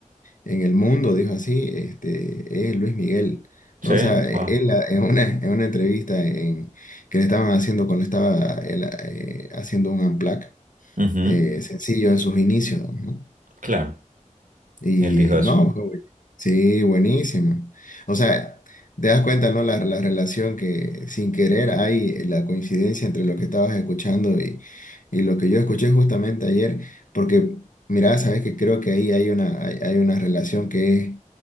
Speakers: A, on the left; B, on the right.
A: en el mundo, dijo así, este, es Luis Miguel.
B: Sí,
A: No, o sea, eh,
B: wow.
A: él ah, en una, en una entrevista en, que le estaban haciendo cuando estaba él, ah, eh, haciendo un unplugged,
B: Ujú,
A: eh, sencillo en sus inicios, ¿no?
B: Claro,
A: Y
B: él dijo eso.
A: no, fue bu- sí, buenísimo. O sea, te das cuenta, ¿no? La, la relación que sin querer hay la coincidencia entre lo que estabas escuchando y, y lo que yo escuché justamente ayer, porque, mira, sabes que creo que ahí hay una, hay, hay una relación que es